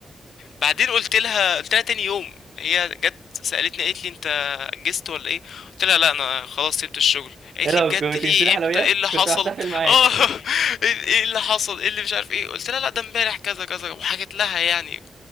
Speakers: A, on the left; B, on the right.
A: بعدين قلت لها قلت لها تاني يوم هي جت سالتني قالت لي انت اجزت ولا ايه قلت لها لا انا خلاص سبت الشغل قالت
B: ايه لو
A: لي بجد
B: كنت
A: ليه
B: جبت لي حلويات
A: امتى ايه اللي حصل
B: كنت بحتفل معاك
A: <laughs> اه
B: <laughs>
A: ايه إيه اللي حصل ايه اللي مش عارف ايه قلت لها لا ده امبارح كذا كذا وحكيت لها يعني